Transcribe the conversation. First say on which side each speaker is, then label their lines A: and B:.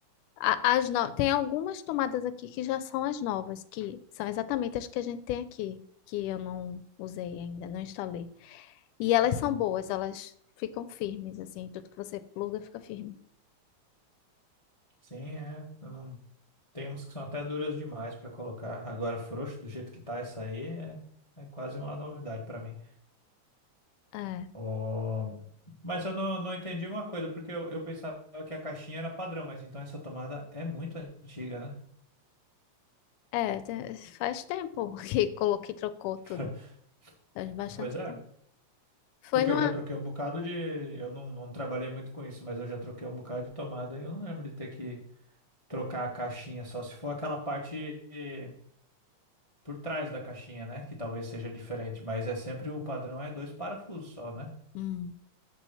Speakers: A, on the left; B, on the left.
A: A- As no... Tem algumas tomadas aqui que já são as novas, que são exatamente as que a gente tem aqui, que eu não usei ainda, não instalei. E elas
B: Hum.
A: são boas, elas ficam firmes, assim, tudo que você pluga fica firme.
B: Sim, é. eu não- Tem umas que são até duras demais pra colocar. Agora, frouxo, do jeito que tá essa aí, é, é quase uma novidade pra mim.
A: É,
B: Ó, Mas eu não, não entendi uma coisa, porque eu, eu pensava que a caixinha era padrão, mas então essa tomada é muito antiga, né?
A: é, te- faz tempo <laughs> que coloquei, trocou tudo,
B: <laughs>
A: faz bastante
B: Pois é.
A: tempo. Foi
B: Porque
A: numa.
B: eu já troquei um bocado de. Eu não, não trabalhei muito com isso, mas eu já troquei um bocado de tomada e eu não lembro de ter que trocar a caixinha, só se for aquela parte eh, por trás da caixinha, né? Que talvez seja diferente, mas é sempre o padrão é dois parafusos só, né?
A: Hum.